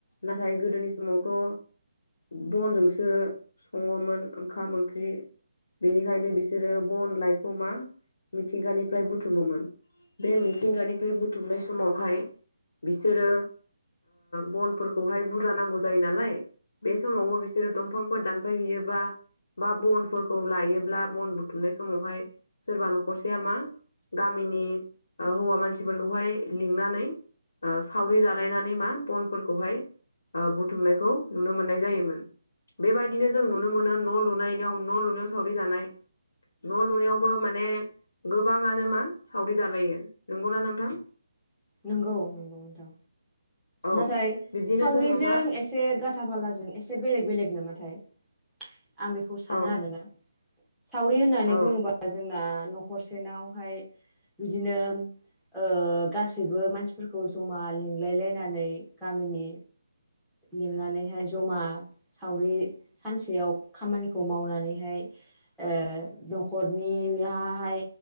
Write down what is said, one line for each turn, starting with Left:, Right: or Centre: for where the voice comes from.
Left: नाथाय गोदोनि समावथ' बनजोंसो सङोमोन ओंखाम ओंख्रि बेनिखायनो बिसोरो बन लाइखौ मा मिथिंगानिफ्राय बुथुमोमोन बे मिथिंगानिफ्राय बुथुमनाय समावहाय बिसोरो बनफोरखौहाय बुरजा नांगौ जायो नालाय बे समावबो बिसोरो दंफांफोर दानफाय हैैयोबा बा बनफोरखौ लायोब्ला बन बुथुमनाय समावहाय सोरबा न'खरसेया मा गामिनि हौवा मानसिफोरखौहाय लिंनानै सावरि जालायनानै मा बनफोरखौहाय बुथुमनायखौ नुनो मोननाय जायोमोन बेबायदिनो जों नुनो मोनो न' लुनायाव न' लुनायाव सावरि जानाय न' लुनायावबो माने गोबाङानो मा सावरि जालायो नंगौना नोंथां
Centre: नंगौ नंगौ नोंथां
Left: औ
Centre: नाथाय
Left: बिब्दिनो
Centre: सावरिजों
Left: जोङो मा
Centre: एसे एसे गाथा फालाजों एसे बेलेग बेलेग नामाथाय आं बेखौ सानो
Left: औ
Centre: आरोना सावरि होननानै
Left: औ
Centre: बुङोबा जोंना न'खरसेनावहाय बिदिनो गासै गासैबो मानसिफोरखौ जमा लिंलाय लायनानै गामिनि लिंनानैहाय जमा सावरि सानसेयाव खामानिखौ मावनानैहाय ओ न'खरनियाहाय